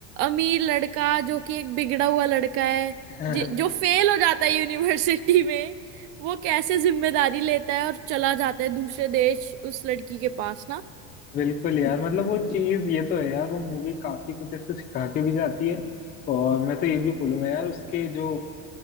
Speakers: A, on the right; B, on the left.
A: अमीर लड़का जो कि एक बिगड़ा हुआ लड़का है
B: तो
A: जि- जो फेल
B: <laughs>
A: हो जाता है यूनिवर्सिटी <laughs> में वो कैसे जिम्मेदारी लेता है और चला जाता है दूसरे देश उस लड़की के पास ना
B: बिल्कुल यार मतलब वो चीज ये तो है यार वो मूवी काफी कुछ ऐसे सिखा के भी जाती है और मैं तो ये भी बोलूंगा यार उसके जो